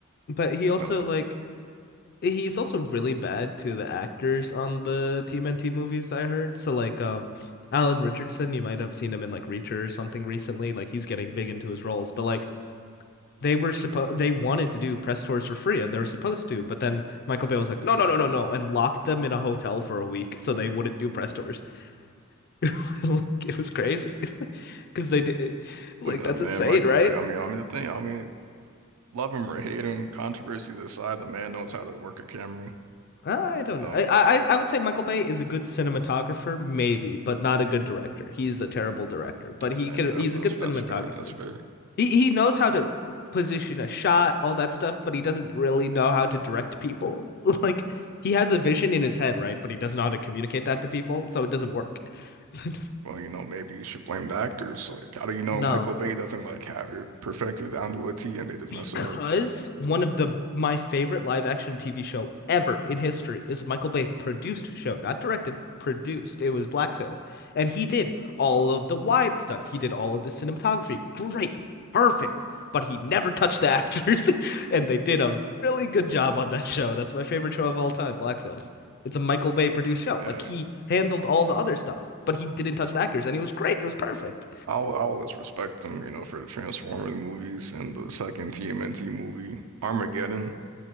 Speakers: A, on the left (about 45°); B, on the right (about 75°).
A: But he also
B: No,
A: like he's also really bad to the actors on the TMNT movies, I heard. So like um Alan Richardson, you might have seen him in like Reacher or something recently. Like he's getting big into his roles. But like they were supposed they wanted to do press tours for free and they were supposed to, but then Michael Bay was like, no, no, no, no, no, and locked them in a hotel for a week so they wouldn't do press tours. <laughs> It was crazy because <laughs> they did like
B: I mean,
A: that's
B: uh, man,
A: insane,
B: Michael
A: right?
B: Bay. I mean, I mean, the thing. I mean, love him or hate him, controversies aside, the man knows how to work a camera.
A: I don't
B: You know,
A: know. I, I I would say Michael Bay is a good cinematographer, maybe, but not a good director. He's a terrible director, but he
B: Uh,
A: could he's
B: that's that's
A: a good cinematographer.
B: that's fair. That's fair.
A: He he knows how to position a shot, all that stuff, but he doesn't really know how to direct people. <laughs> Like he has a vision in his head, right? But he doesn't know how to communicate that to people, so it doesn't work. <laughs> So
B: Well, you know, maybe you should blame the actors. Like, how do you know
A: No.
B: Michael Bay doesn't like have it perfected down to a T, and they just
A: because
B: mess it up?
A: one of the my favorite live action TV show ever in history is a Michael Bay produced show, not directed, produced. It was Black Sails, and he did all of the wide stuff. He did all of the cinematography. Great, perfect. But he never touched the actors, <laughs> and they did a really good job on that show. That's my favorite show of all time, Black Sails. It's a Michael Bay produced show.
B: Yeah,
A: Like he handled all the other stuff, but he didn't touch the actors, and it was great. It was perfect.
B: I will- I always respect them, you know, for the Transformers movies and the second TMNT movie, Armageddon.